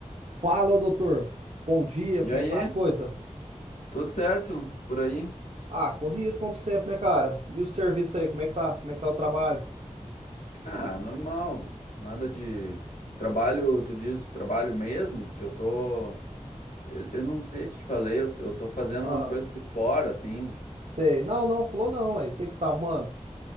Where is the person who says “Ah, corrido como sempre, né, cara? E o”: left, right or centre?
Right